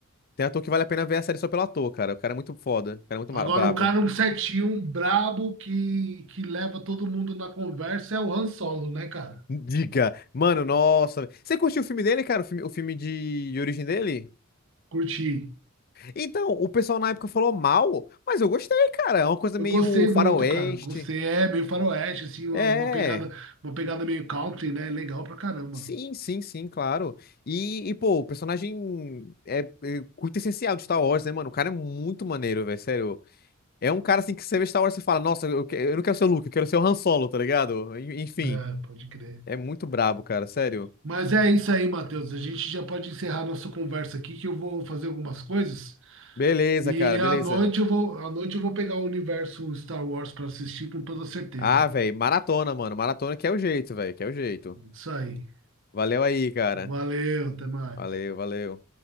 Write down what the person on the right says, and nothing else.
Agora,
o cara um certinho, um brabo que, que leva todo mundo na conversa é o Han Solo, né, cara?
Curti.
Eu
gostei
muito, cara. Gostei. É meio faroeste, assim, uma,
uma pegada, uma pegada meio country, né? Legal pra caramba.
É, pode crer.
Mas é isso aí, Matheus. A gente já pode encerrar nossa conversa aqui, que eu vou fazer algumas coisas.
E
à
noite eu vou, à noite eu vou pegar o universo Star Wars pra assistir com toda certeza.
Isso aí.
Valeu, até mais.